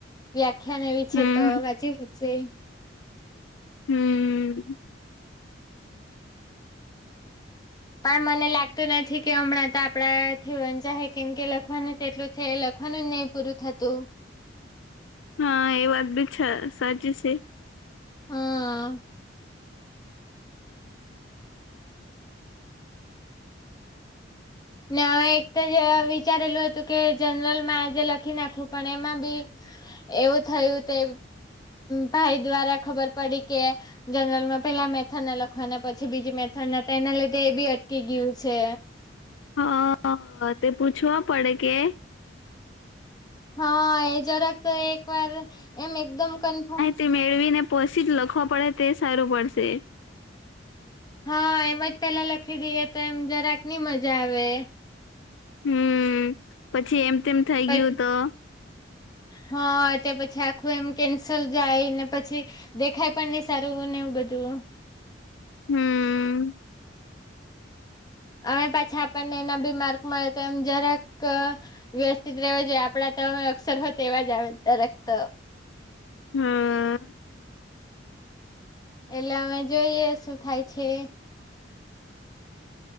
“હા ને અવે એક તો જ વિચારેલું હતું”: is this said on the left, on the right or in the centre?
Left